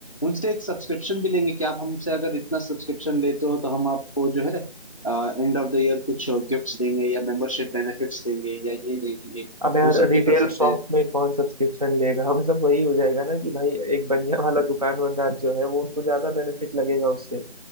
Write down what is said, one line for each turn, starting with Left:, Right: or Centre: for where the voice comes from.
Left: उनसे एक सब्सक्रिप्शन भी लेंगे कि आप हमसे अगर इतना सब्सक्रिप्शन लेते हो तो हम आपको जो है एंड ऑफ द ईयर कुछ गिफ्ट्स देंगे या मेंबरशिप बेनिफिट्स देंगे या ये देंगे
Right: अब यार
Left: वो सब
Right: रिटेल
Left: भी कर सकते
Right: शॉप
Left: हैं
Right: में कौन सब्सक्रिप्शन लेगा <laughs> हमें सब वही हो जाएगा ना कि भाई एक बनिया वाला दुकानदार जो है वो उनको ज्यादा बेनिफिट लगेगा उससे